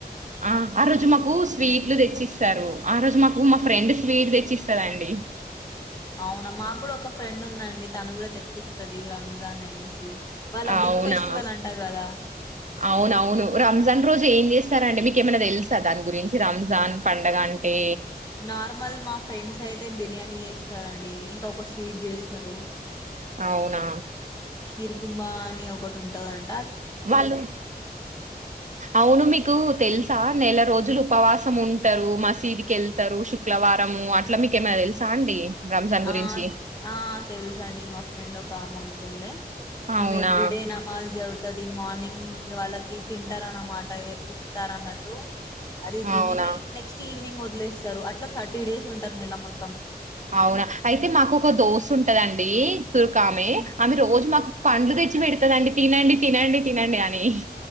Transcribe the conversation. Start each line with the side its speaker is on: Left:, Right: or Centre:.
Right: ఆ ఆ రోజు మాకు స్వీట్లు తెచ్చిస్తారు ఆ రోజు మాకు మా ఫ్రెండ్ స్వీట్ తెచ్చిస్తది అండి
Left: అవునా మాకు కూడా ఒక ఫ్రెండ్ ఉందండి డి తను కూడా తెచ్చిస్తది ర ానేషి వాళ్ళ
Right: అవునా
Left: బిగ్ ఫెస్టివల్ అంటా కదా
Right: అవునవును రంజాన్ రోజు ఏం చేస్తారంటే మీక ఏమన్నా తెలుసా దాని గురించి రంజాన్ పండగ అంటే
Left: నార్మల్ మా ఫ్రెండ్స్ అయితే బిర్యానీ చేస్తారండి ఇంకా ఒక స్వీట్ చేస్తారు
Right: అవునా
Left: షీర్ కుభ అని ఒకటి ఉంటందింటడి
Right: వాళ్ళు అవును మీకు తెలుసా నెల రోజులు ఉపవాసం ఉంటారు మసీదుకి వెళ్తారు శుక్రవారంము అట్లా మీకేమైనా తెలుసా అండి రంజాన్ గురించి
Left: ఆ ఆ తెలుస అండి మా ఫ్రెండ్ ఒక అమౌంట్ తండే
Right: అవునా
Left: ఆ ఎవీడే నమాజ దవుత వది మార్నింగ్ వాళ్ళకి తింటారన్నమాట ఇస్తార అన్నట్టు అద తని
Right: అవునా
Left: నెక్స్ట్ ఈవనింగ్ మో వస్తారు అట్లా థర్టీ డేస్ ఉంటారు న ఇలా మొత్తం
Right: అవునా అయితే మాకు ఒక దోస్త్ ఉంటదండి తుర్కమే
Left: ఉమ్.
Right: ఆమె రోజు మాకు పండ్లు తెచ్చి పెడి దండి తినండి తినండి తినండి అని